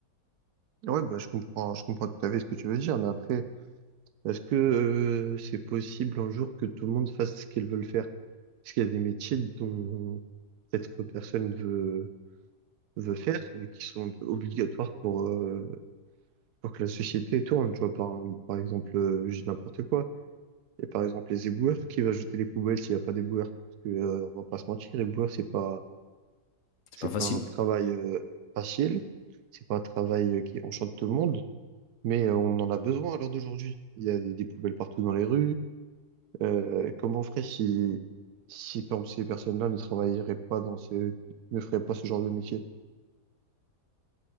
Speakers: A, on the right; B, on the left.
A: Ouais, bah, je comprends, je comprends tout à fait ce que tu veux dire, mais après, est-ce que euh, c'est possible un jour que tout le monde fasse ce qu'ils veulent faire? Parce qu'il y a des métiers dont peut-être personne veut, veut faire, mais qui sont obligatoires pour, euh, pour que la société tourne. Tu vois, par, par exemple, euh, je dis n'importe quoi. Et par exemple, les éboueurs, qui va jeter les poubelles s'il n'y a pas d'éboueurs? Parce que, euh, on va pas se mentir, éboueur, c'est pas,
B: C'est
A: c'est
B: pas facile.
A: pas un travail euh, facile, c'est pas un travail euh, qui enchante tout le monde. Mais euh, on en a besoin à l'heure d'aujourd'hui. Il y a des des poubelles partout dans les rues. Euh, comment on ferait si, si par exemple, ces personnes-là ne travailleraient pas dans ce, ne feraient pas ce genre de métier?